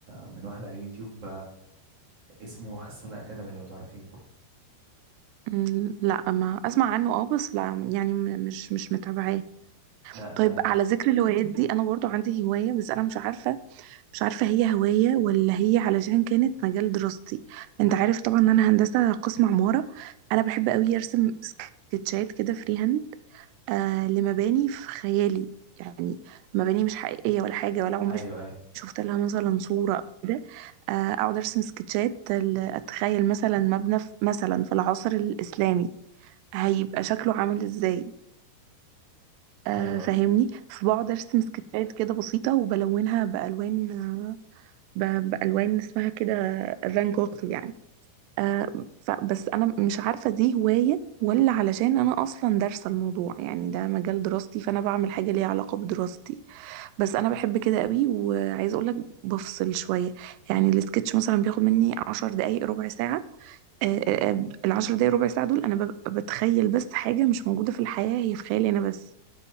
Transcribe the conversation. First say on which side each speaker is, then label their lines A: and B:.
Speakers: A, on the right; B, on the right.
A: من واحد على اليوتيوب اسمه حسونة اكاديمي لو تعرفيه
B: مم. لا ما اسمع عنه اه بس لا يعني م- مش مش متابعاه
A: لا ده
B: طيب على ذكر الهوايات دي انا برضو عندي هواية بس انا مش عارفة مش عارفة هي هواية ولا هي علشان كانت مجال دراستي انت عارف طبعا ان انا هندسة قسم عمارة انا بحب قوي ارسم سكتشات كده فري هاند آه لمباني في خيالي يعني مباني مش حقيقية ولا حاجة ولا عمري
A: ايوه ايوه
B: شفت لها مثلا صورة او كده آه اقعد ارسم سكتشات ال- اتخيل مثلا مبنى في مثلا في العصر الاسلامي هيبقى شكله عامل ازاي آه
A: ايوه
B: فاهمني
A: ايوه
B: فبقعد ارسم سكتشات كده بسيطة وبلونها بألوان ب- بألوان اسمها كده فان جوخ يعني آه ف- بس أنا مش عارفة دي هواية ولا علشان أنا أصلا دارسة الموضوع يعني ده مجال دراستي فأنا بعمل حاجة ليها علاقة بدراستي بس أنا بحب كده قوي وعايزة أقولك بفصل شوية يعني السكتش مثلا بياخد مني عشر دقايق ربع ساعة آه، آه، آه، العشر دقايق ربع ساعة دول أنا ببقى بتخيل بس حاجة مش موجودة في الحياة هي في خيالي أنا بس